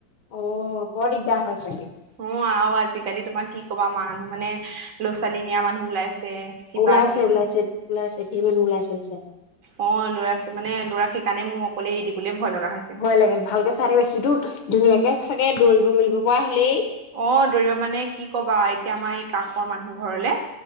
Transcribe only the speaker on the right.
অহ আৰু আজিকালি তোমাৰ কি কবা মানুহ মানে সৰু ল'ৰা ছোৱালী নিয়া মানুহ ওলাইছে। কিবা
কিবি
অহ ল'ৰাছো মানে ল'ৰাক সেইকাৰণে মোৰ অকলে এৰি দিবলে ভয় লগা হৈছে।
অহ দৌৰিবা মানে কি কবা এতিয়া আমাৰ এই কাষৰ মানুহ ঘৰলে